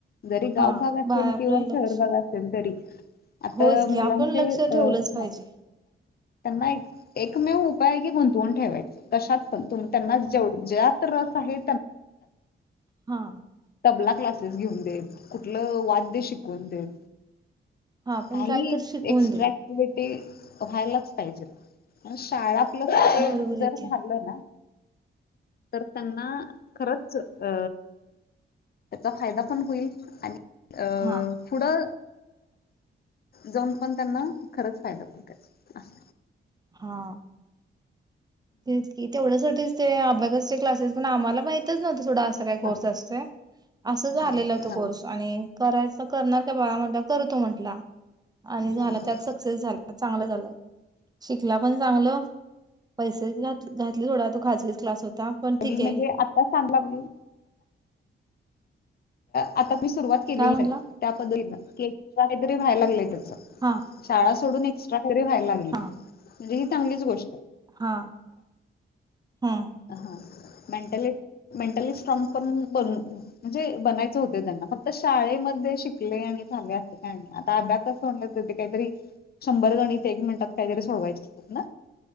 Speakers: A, on the left (about 50°); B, on the right (about 20°).
A: जरी गावभग
B: हा
A: असेल
B: बा आपलं
A: किंवा शहर
B: लक्ष
A: भाग असेल तरी. आता
B: होयच की
A: मुलांचे
B: आपण लक्ष
A: अ,
B: ठेवलंच पाहिजे
A: ह त्यांना एक एकमेव उपाय आहे की गुंतवून ठेवायच कशात पण, तुम त्यांना जेव, ज्यात रस आहे.
B: हा.
A: तबला क्लासेस घेऊन देत, कुठलं वाद्य शिकवून देत.
B: हा पण
A: काही
B: काय तर शिकवून
A: एक्स्ट्रा
B: देईल
A: ऍक्टिव्हिटी व्हायलाच पाहिजेत. शाळा ळेत
B: बरोबर
A: जर
B: आहे की
A: झालं ना. तर त्यांना खरंच अ त्याचा फायदा पण होईल आणि अ
B: हा
A: पुढं, जाऊन पण त्यांना खरंच फायदा होईल त्याचा. असं.
B: हा तेच कि, तेवढयासाठीच ते अभ्यासाचे क्लासेस पण आम्हाला माहीत माहीतच नव्हत सोडा असा काही कोर्स
A: हा
B: असतोय. असंच
A: हा
B: आलेल तो
A: हा
B: कोर्स आणि करायच. करणार का बाळा म्हंणलेवर, करतो म्हटला आणि झाला
A: हा
B: त्यात सक्सेस झाला. चांगलं झालं. शिकला पण चांगलं, पैसे ही घात, घातले सोडा तो खाजगीच क्लास होता. पण ठीक
A: मेन
B: आहे
A: म्हणजे आता सांग लागली. आता ती सुरुवात केलेलीच
B: काय म्हटला
A: आहे. त्या पद्धतीनं, की एक्स्ट्रा काहीतरी व्हायला लागलंय त्याच.
B: हा
A: शाळा सोडून एक एक्स्ट्रा घरी व्हायला लागलय.
B: हा
A: म्हणजे ही चांगलीच गोष्ट हाय.
B: हा, हम्म.
A: हा, मेंटली-मेंटली स्ट्रांग पण बन म्हणजे बनायच होते त्यांना. फक्त शाळेमध्ये शिकलेय आणि झालय अस काय नाही. अबॅकस सोडण्यात काहीतरी, शंभर जणी ते एक मिनिटात काहीतरी सोडवायचे असतात ना?